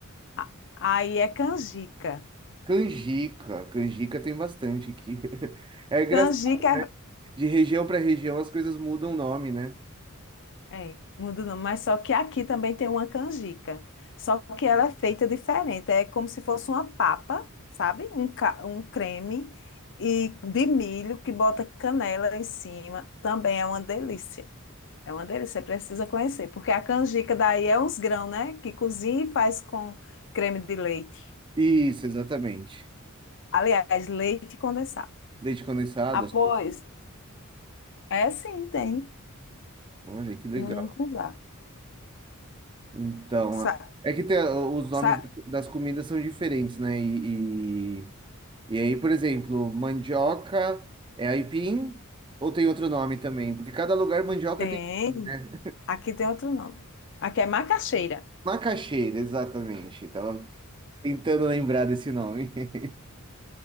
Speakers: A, on the left; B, on the right.
A: A- Aí é canjica.
B: Canjica. Canjica tem bastante aqui. <laughs> É engraçado,
A: Canjica
B: né? De região para região as coisas mudam o nome, né?
A: é, é, muda o nome, mas só que aqui também tem uma canjica. Só que ela é feita diferente. É como se fosse uma papa, sabe? Um, ca- um creme e de milho que bota canela em cima. Também é uma delícia. É uma delícia, você precisa conhecer, porque a canjica daí é uns grãos, né? Que cozinha e faz com creme de leite.
B: Isso, exatamente.
A: Aliás, leite condensado.
B: Leite condensado,
A: Após,
B: açúcar.
A: é sim, tem,
B: Olha que legal.
A: no Mucunzá.
B: Então,
A: Sa,
B: a- é que tem, a- os nomes
A: sa-
B: das comidas são diferentes, né? E, E aí, por exemplo, mandioca é aipim ou tem outro nome também? Porque cada lugar mandioca
A: tem,
B: tem nome, né?
A: aqui tem outro nome. Aqui é macaxeira.
B: <laughs> Macaxeira, exatamente. Tava tentando lembrar desse nome. <laughs>